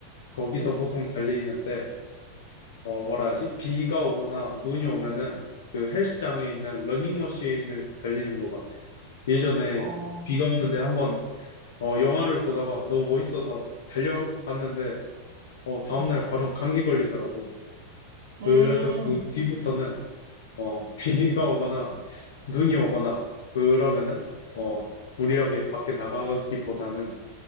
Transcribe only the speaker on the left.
거기서
보통 달리는데, 어, 뭐라 하지? 비가 오거나 눈이 오면은 그 헬스장에 있는 러닝머신을 달리는 것 같아. 예전에
비가 오는데 한번 어, 영화를 보다가 너무 멋있어서 달려봤는데, 어, 다음날
바로 감기 걸리더라고.
그래서 그 뒤부터는 어, <laughs> 비가 오거나 눈이 오거나 그러면은 어, 무리하게 밖에 나가기보다는